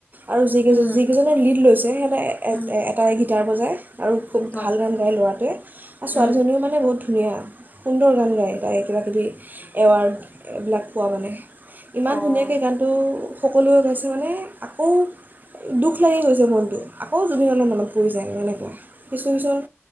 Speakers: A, on the right; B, on the left.
A: আৰু যিকেইজ
B: উম
A: যিকেইজনে লীড লৈছে সিহঁতে এ এ
B: উম
A: এ এটাইকে তাৰ বজাই আৰু খুব
B: হয়
A: ভাল গান গায় ল'ৰাটোৱে আৰু ছোৱালীজনীও
B: উম
A: মানে বহুত ধুনীয়া সুন্দৰ গান গায় তাই কিবাকিবি এৱাৰ্ড এইবিলাক পোৱা মানে ইমান
B: অ
A: ধুনীয়াকে গানটো সকলোৱে গাইছে মানে আকৌ দুখ লাগি গৈছে মনটো আকৌ জুবিনলৈ মনত পৰি যায় এনেকুৱা কিছু কিছুমান